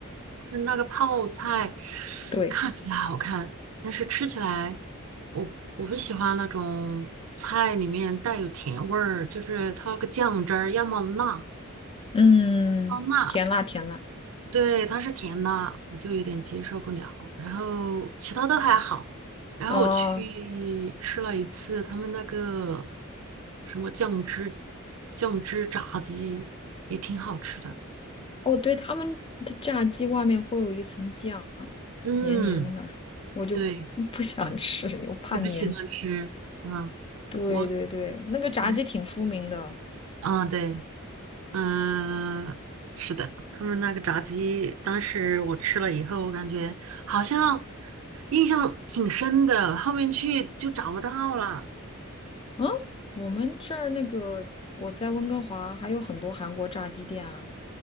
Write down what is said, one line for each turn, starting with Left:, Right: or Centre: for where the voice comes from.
Right: 他们那个泡菜
Left: 对，
Right: 看起来好看，但是吃起来我我不喜欢那种菜里面带有甜味儿，就是它那个酱汁儿要么辣，
Left: 嗯，
Right: 要么辣，
Left: 甜辣甜辣。
Right: 对，它是甜的，我就有点接受不了。然后其他都还好。然后我去吃了一次他们那个
Left: 哦，
Right: 什么酱汁酱汁炸鸡，也挺好吃的。
Left: 哦，对，他们的炸鸡外面会有一层酱，
Right: 嗯，
Left: 黏黏的那种，我就不不想吃，
Right: 对，
Left: 我怕黏。
Right: 你不喜欢吃？嗯，
Left: 对对对，
Right: 我
Left: 那个炸鸡挺出名的。
Right: 我还嗯对，嗯，是的，他们那个炸鸡，当时我吃了以后，我感觉好像印象挺深的，后面去就找不到了。
Left: 嗯，我们这儿那个我在温哥华还有很多韩国炸鸡店啊。